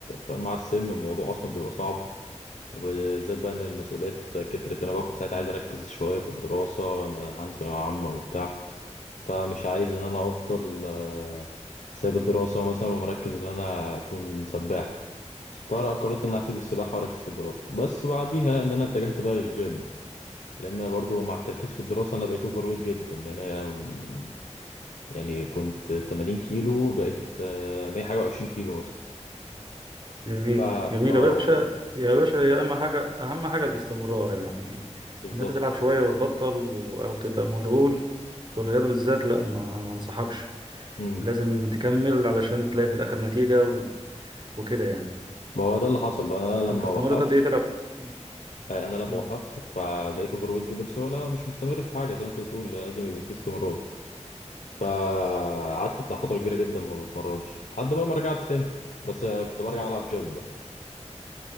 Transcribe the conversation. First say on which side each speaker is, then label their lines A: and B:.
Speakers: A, on the left; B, on the right.
A: مع السن الموضوع أصلا بيبقى صعب وبالذات بقى إن المسؤوليات كترت أنا بقى كنت ساعتها عايز أركز شوية في الدراسة إن أنا عندي ثانوية عامة وبتاع فمش عايز إن أنا أفضل آه، سايب الدراسة مثلا ومركز إن أنا أكون سباح فقرأ قررت ان انا هسيب السباحه واركز في الدراسه بس بعديها ان انا اتجهت بقى للجيم لان انا برضو مع التركيز في الدراسه انا بقيت اوفر ويت جدا يعني أنا- يعني كنت 80 كيلو بقيت آه، 100 حاجه و20 كيلو مثلا
B: جميل
A: فا
B: جميل
A: اه
B: يا باشا يا باشا يا اما حاجه اهم حاجه الاستمرار يعني
A: بالظبط
B: ان انت تلعب شويه وتبطل و- او تبقى مشغول في الرياضه بالذات لا ما ما انصحكش
A: امم
B: لازم تكمل علشان تلاقي في الاخر نتيجه وكده يعني
A: ما هو ده اللي حصل بقى انا
B: انت
A: لما
B: استمرت
A: وقفت
B: قد ايه تلعب مم.
A: آه، انا لما
B: مم.
A: وقفت فبقيت اوفر ويت جدا بسبب إن انا مش مستمر في حاجه زي ما انت بتقول لازم يبقى في استمرار فقعدت بتاع فتره كبيره جدا ما بتمرنش لحد بقى ما رجعت تاني بس آه، كنت برجع العب جيم